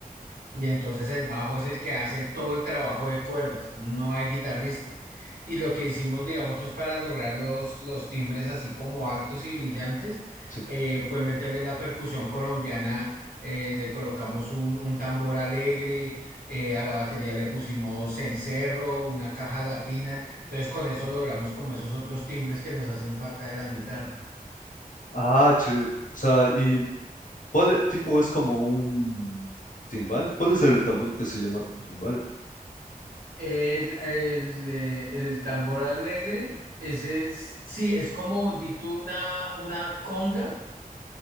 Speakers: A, on the right; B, on the left.
A: y entonces el bajo es el que hace todo el trabajo de cuerdas, no hay guitarrista. Y lo que hicimos, digamos, pues para lograr los, los timbres así como altos y brillantes,
B: sí.
A: eh, fue meterle la percusión colombiana, eh, le colocamos un, un tambor alegre, eh, a la batería le pusimos cencerro, una caja latina. Entonces con eso logramos como esos otros timbres que nos hacen falta de la guitarra.
B: Ah, chévere. O sea, ¿y cuál e- tipo es como un timbal? ¿Cuál es el tambor que se llama timbal?
A: El, el, eh, el tambor alegre, ese es, sí, es como, di tú, una, una conga,